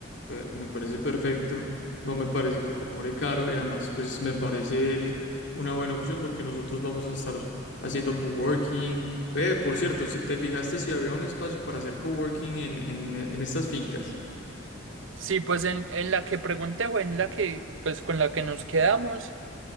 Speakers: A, on the left; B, on the right.
A: eh, me parece perfecto. No me parece que cobre caro y además pues me parece una buena opción porque nosotros vamos a estar haciendo coworking. Ve, por cierto, si- ¿te fijaste si había un espacio para hacer coworking en, en, en estas fincas?
B: Sí, pues en, en la que pregunté o en la que, pues con la que nos quedamos.